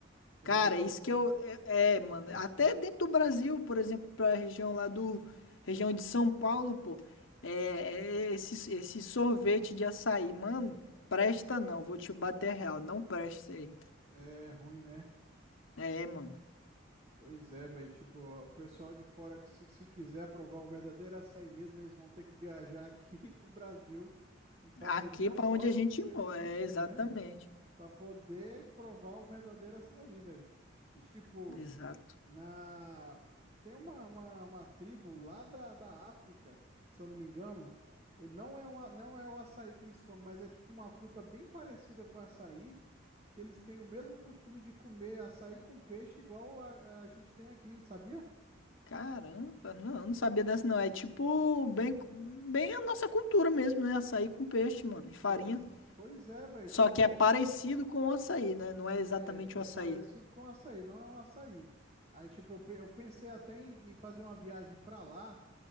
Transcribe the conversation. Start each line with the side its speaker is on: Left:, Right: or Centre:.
Right: Por
Left: Cara,
Right: exemplo,
Left: isso
Right: assim.
Left: que eu. É, é, mano. Até dentro do Brasil, por exemplo, pra região lá do. Região de São Paulo, pô. É, é esse, esse sorvete de açaí, mano. Presta não, vou te bater real. Não presta isso aí.
Right: É ruim, né?
Left: É, mano.
Right: Pois é, velho. Tipo, o pessoal de fora que se, se quiser provar o verdadeiro açaí mesmo, eles vão ter que viajar aqui <laughs> pro Brasil, pra
Left: Aqui
Right: região
Left: pra
Right: norte
Left: onde a gente
Right: específico,
Left: mora. É, exatamente.
Right: né? Pra poder provar o verdadeiro açaí, velho. E tipo.
Left: Exato.
Right: Na... Tem uma, uma, uma tribo lá da, da África, se eu não me engano. Ele não é, uma, não é o açaí que eles comem, mas é tipo uma fruta bem parecida com açaí, que eles têm o mesmo costume de comer açaí com peixe, igual a, a gente tem aqui, sabia?
Left: Caramba, não, eu não sabia dessa não. É tipo bem, bem a nossa cultura mesmo, né? Açaí com peixe, mano, e farinha.
Right: Pois, pois é, velho.
Left: Só
Right: Tipo,
Left: que é parecido com o açaí, né? Não é exatamente
Right: é,
Left: o açaí.
Right: é parecido com açaí, não é um açaí. Aí, tipo, eu, pe- eu pensei até em, em fazer uma viagem pra lá,